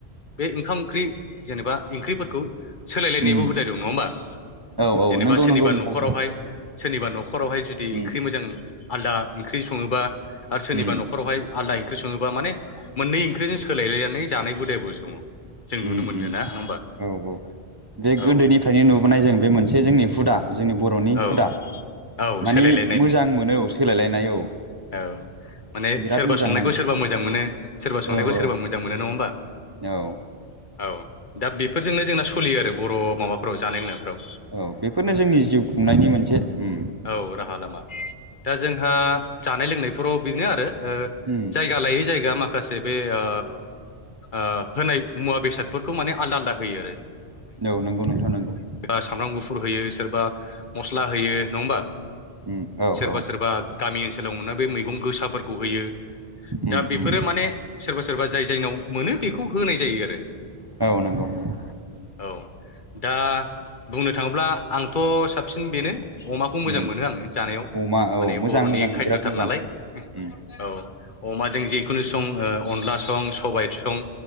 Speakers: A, on the left; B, on the right.
A: बे ओंखाम ओंख्रि जेनेबा ओंख्रिफोरखौ। सोलायलायनायबो
B: उम
A: हुदा दं नङा होमबा,
B: औ औ
A: जेनेबा
B: नंगौ
A: सोरनिबा
B: नंगौ नोंथां
A: न'खरावहाय सोरनिबा न'खरावहाय जुदि
B: उम
A: ओंख्रि मोजां आलदा ओंख्रि सङोबा आरो सोरनिबा
B: उम
A: न'खरावहाय आलदा ओंख्रि सङोबा माने मोननै ओंख्रिजों सोलायलायनानै जानाय हुदाबो दङ। जों नुनो
B: उम
A: मोनो
B: उम
A: ना नङा होमबा
B: औ औ बे
A: औ
B: गोदोनिफ्रायनो नुबोनाय जों बे मोनसे जोंनि हुदा। जोंनि बर'नि
A: औ
B: हुदा
A: औ
B: मानि
A: सोलायलायनाय
B: मोजां मोनो औ सोलायलायनाय औ।
A: औ माने
B: बिराद
A: सोरबा
B: मोजां
A: संनायखौ
B: नाङो
A: सोरबा मोजां मोनो, सोरबा संनायखौ
B: औ औ
A: सोरबा मोजां मोनो नङा होमबा?
B: औ।
A: औ दा बेफोरजोंनो जोंना सलियो आरो बर' माबाफोराव जानाय लोंनायफ्राव।
B: औ बेफोरनो जोंनि जिउ खुंनायनि मोनसे ओ
A: औ राहा लामा दा जोंहा जानाय लोंनायफोराव बेनो आरो
B: उम
A: जायगा लायै जायगा माखा से बे ओ ओ होनाय मुवा बेसादफोरखौ माने आलदा आलदा होयो आरो।
B: औ नंगौ नोंथां नोंगौ।
A: सोरा सामब्राम गुफुर होयो, सोरबा मस्ला होयो नङा होमबा।
B: उम औ
A: सोरबा
B: औ
A: सोरबा गामि ओनसो लाव बे मैगं गोसाफोरखौ होयो
B: उम
A: दा बेफोरो
B: उम
A: माने सोरबा सोरबा जाय जायनाव मोनो बेखौ होनाय जायो आरो।
B: औ नंगौ नंगौ।
A: औ दा बुंनो थाङोब्ला आंथ' साबसिन बेनो। अमाखौ मोजां
B: उम
A: मोनो आङो जानायाव।
B: अमा औ
A: माने
B: मोजां
A: बर'नि
B: मोजां
A: खायदथार
B: बिराद मोजां
A: नालाय हो
B: उम
A: औ। अमाजों जिखुनु सं ओ अनला सं, सबायाइ सं,